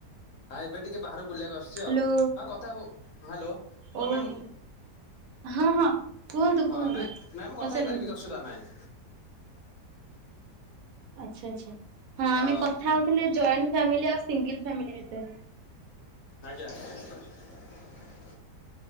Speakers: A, on the left; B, on the right.
A: ହଁ ଏବେ ଟିକେ ବାହାର ବୁଲିବାକୁ ଆସୁଛି
B: ହ୍ୟାଲୋ
A: ଆଉ ହଁ କଥା ହୁଅ ହେଲୋ
B: ଓହୋ।
A: ହଁ ମ୍ୟାମ୍
B: ହଁ ହଁ କୁହନ୍ତୁ
A: ହଁ
B: କୁହନ୍ତୁ
A: ନାଇ ନାଇ ମୁଁ
B: ପଚାରନ୍ତୁ।
A: କଥା ହେଇପାରିବି କିଛି ଅସୁବିଧା ନାହିଁ। <inaudible>
B: ଆଛା ଆଛା ହଁ ଆମେ
A: ଅ
B: କଥା ହଉଥିଲେ ଜଏଣ୍ଟ ଫାମିଲି ଆଉ ସିଙ୍ଗଲ ଫାମିଲି ବିଷୟରେ।
A: ଆଜ୍ଞା। <inaudible>